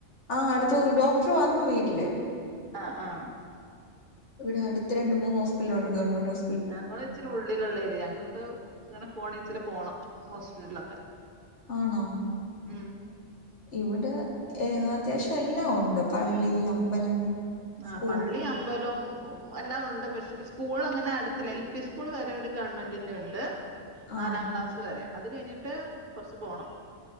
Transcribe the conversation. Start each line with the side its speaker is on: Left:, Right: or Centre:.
Left: ആഹ് അട് ത് ഡോക്ടർ വന്നു വീട്ടില്
Right: ആഹ് ആഹ്
Left: ഇവിടെ അടുത്ത് രണ്ട് മൂന്ന് ഹോസ്പിറ്റലുണ്ട് ഗവമെന്റ് ഹോസ്
Right: ഞങ്ങള് ഇച്ചിരി ഉള്ളിലുള്ള എരിയാ ഞങ്ങക്കൊക്കെ ഇങ്ങനെ ഫോണെ ഇച്ചിരി പോണം ഹോസ്പിറ്റലിലൊക്കെ
Left: ആണോ
Right: ഉം
Left: ഇവിടെ ഏ അത്യാവശ്യം എല്ലാം ഉണ്ട് പള്ളി, അമ്പലം സ്കൂൾ
Right: ആപള്ളി അമ്പലം എല്ലാം ഉണ്ട് പക്ഷെ സ്കൂൾ അങ്ങനെ അടുത്തില്ല എൽ പി സ്കൂൾ വരെ ഇവടെ ഗവൺമെന്റിന്റെ ഉണ്ട്
Left: ആ.
Right: നാലാം ക്ലാസ് വരെ അത് കഴിഞ്ഞിട്ട് കൊറച്ച് പോണം